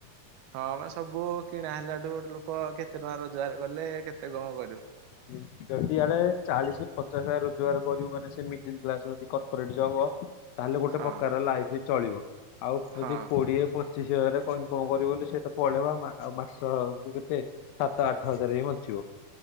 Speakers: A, on the right; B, on the left.
A: ହଁ ବା ସବୁ କିଣା ହେଲାଠୁ ଗୋଟେ ଲୋକ କେତେ ଟଙ୍କା ରୋଜଗାର କଲେ କେତେ କଣ କରିବୁ।
B: ବି।
A: ହଁ <unintelligible>
B: ଯଦି ଆଡେ ଚାଳିଶ ପଚାଶ ରୋଜଗାର କରିବୁ ମାନେ ସେ ମିଡଲ୍‌ କ୍ଲାସ ଯ କର୍ପୋରେଟ ଜବ ତାହେଲେ ଗୋଟେ
A: ହଁ
B: ପ୍ରକାରର ଲାଇଫ ବି ଚଳିବ ଆଉ
A: ହଁ
B: ଯଦି କୋଡିଏ ପଚିଷ ହଜାର ଇନକମ୍ କ କଣ କରିବ ବୋଲି ସେତ ପଳେଇବ ଆଉ ମାସକୁ କେତେ ସାତ ଆଠ ହଜାର ଏଇ ବଚିବ